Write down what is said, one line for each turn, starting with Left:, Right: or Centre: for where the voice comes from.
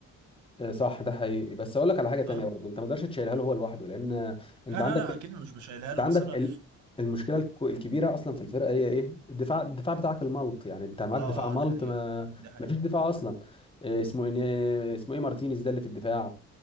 Left: آه، صح ده حقيقي بس اقول لك على حاجه تانية
Right: اه
Left: برضه انت ما تقدرش تشيلها له هو لوحده لان انت
Right: لا
Left: عندك
Right: لا لا اكيد مش مش شايلها
Left: انت
Right: له
Left: عندك
Right: بس انا
Left: ال- المشكله الك- الكبيره اصلا في الفرقه هي ايه الدفاع الدفاع بتاعك الملط يعني انت معاك
Right: اه اه
Left: دفاع ملط
Right: آه، ده حقيقه
Left: ما
Right: ده حقيقه
Left: ما فيش دفاع اصلا إيه اسمه ايه
Right: مم.
Left: اسمه ايه مارتينيز ده اللي في الدفاع